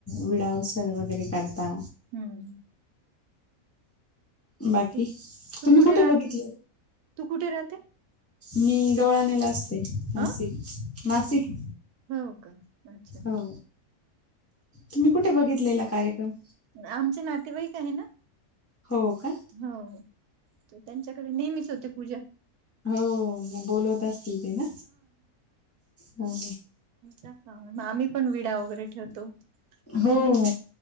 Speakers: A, on the left (about 15°); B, on the right (about 80°).
A: विडावसर वगैरे करता.
B: हम्म.
A: बाकी
B: तू तू
A: तुम्ही कुठे
B: राहते?
A: बघितले.
B: तू कुठे राहते?
A: मी दोळानेला असते नाशिक
B: अ
A: नाशिक-
B: हो का अच्छा.
A: हो तुम्ही कुठे बघितलेला कार्यक्रम-
B: आमचे नातेवाईक आहे ना.
A: हो का
B: हो तर त्यांच्याकडे नेहमीच होते पूजा
A: हो मग बोलवत असतील ते ना हो
B: ग आम्ही पण विडा वगैरे ठेवतो
A: हो.
B: मी
A: हो.